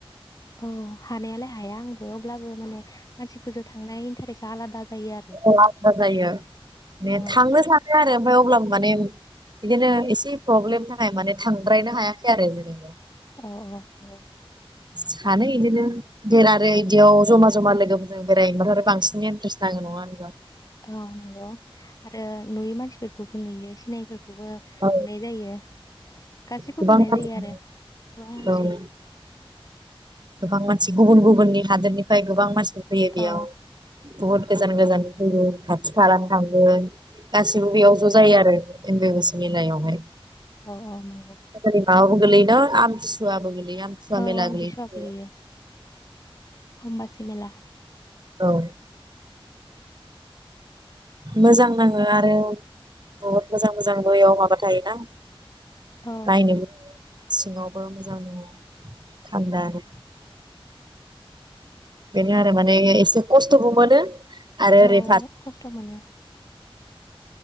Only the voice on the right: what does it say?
औ आलादा जायो ने
थांनो सानो आरो ओमफ्राय अब्लाबो माने बिदिनो एसे प्रब्लेमनि थाखाय माने थांद्रायनो हायाखै आरो जेनेबा।
सानो इदिनो देर आरो इदियाव जमा जमा लोगोफोरजों बेरायबा आरो बांसिन इनटारेस्ट नाङो नङा होनबा।
औ
गोबां
मानसि
औ गोबां मानसि गुबुन गुबुननि हादोरनि ओमफ्राय गोबां मानसि फैयो बेयाव
बुहुत गोजान गोजाननि फैयो खाथि खालानि थागोन। गासिबो बेयाव
ज' जायो आरो एम्बेबासि मेलायावहाय
<unintelligible> माबाबो गोलैयो न आमथिसुवाबो गोलै यो आमथिसुवा
मेला गोलैयो।
औ मोजां नाङो आरो बहुत मोजां मोजांबो बेयाव माबा थायोना
नायनो <unintelligible> सिङावबो मोजां नाङो थान्दानो। बेनो माने एसे खस्थ'बो मोनो आरो ओरै